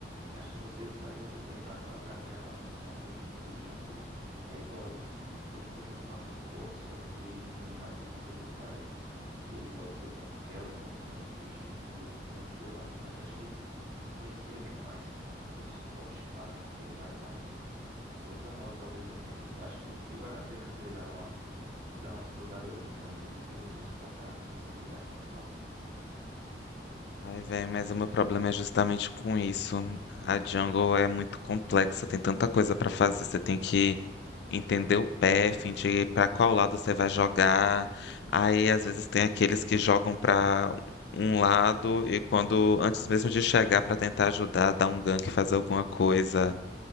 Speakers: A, on the right; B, on the left.
A: Acho que você sai muito bem. A, a, para mim, a, a função do, do Jungle é igual a do, su- bem parecida com a do suporte, só que ele tem mais responsabilidade, porque ele pode ser tanto um carry como um tanque do time e ele influencia bastante. Acho que influencia bem mais que um, que um suporte, claro, né? Porque ele vai estar em todas as rotas ao mesmo tempo. Eu acho que, que vale a pena você dar uma, dar uma estudadazinha ali de 30 minutos para estar fazendo essa migração de rota.
B: Ai, velho, mas o meu problema é justamente com isso. A jungle é muito complexa, tem tanta coisa pra fazer. Você tem que entender o path, de pra qual lado você vai jogar. Aí, às vezes, tem aqueles que jogam pra um lado e quando, antes mesmo de chegar pra tentar ajudar, dar um gank, fazer alguma coisa,